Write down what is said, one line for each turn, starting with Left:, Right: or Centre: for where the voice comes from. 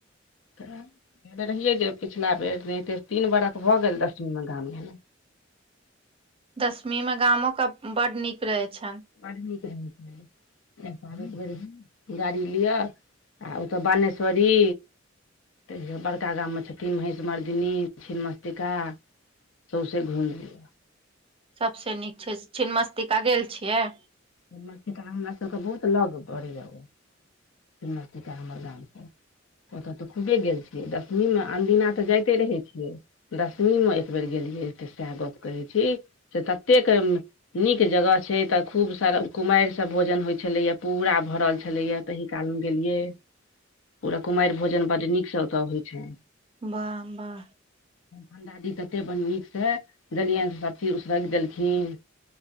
Left: तऽ गेल रहियै जे पिछला बेर एनाहि ते तीन बरख भऽ गेल, दशमीमे गाम।
Right: दशमीमे गामोके बड़ नीक रहै छनि।
Left: बड़ नीक रहै छनि। एक एक बेर गाड़ी लिअऽ आ ओतऽ बानेश्वरी। तऽ बड़का गाममे छथिन महेश, मरदनी, छिन्नमस्तिका। सौसे घूमि लिअ।
Right: सभसँ नीक छै, छिन्नमस्तिका गेल छियै।
Left: छिन्नमस्तिका हमरा सभके बहुत लग पड़ैया, ओ छिन्नमस्तिका हमर गाम सऽ ओतऽ तऽ खूबे गेल छियै, दशमीमे। अनदिनो तऽ जाइते रहै छियै। दशमीमे एक बेर गेलियै तऽ सएह गप कहै छी। से ततेक नीक जगह छै तऽ खूब। स कुमारि सभके भोजन होइ छलैया, पूरा भरल छलैया, ताहि कालमे गेलियै। पूरा कुमाईर भोजन बड़ नीकसँ होइ छै।
Right: वाह-वाह!
Left: पण्डाजी तते बड़ नीकसँ देलियनि, सभ चीज उसरग देलखिन।